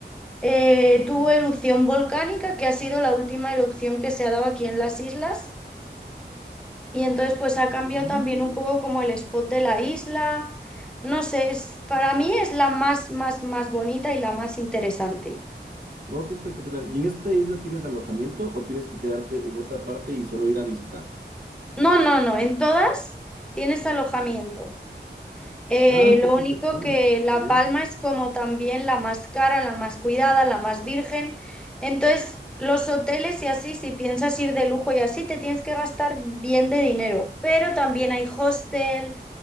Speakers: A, in the centre; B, on the right (about 50°).
A: eh,
B: ya.
A: tuvo erupción volcánica, que ha sido la última erupción que se ha dado aquí en las islas y entonces pues ha cambiado
B: Mm.
A: también un poco como el spot de la isla. No sé, es, para mí es la más, más, más bonita y la más interesante.
B: Oh, qué espectacular. ¿Y en esta isla tienes alojamiento o tienes que quedarte en otra parte y solo ir a visitar?
A: No, no, no, en todas tienes alojamiento. Eh,
B: Ah,
A: lo
B: qué espectacular.
A: único que La
B: Bien.
A: Palma es como también la más cara, la más cuidada, la más virgen. Entonces, los hoteles y así, si piensas ir de lujo y así, te tienes que gastar bien de dinero. Pero también hay hostel,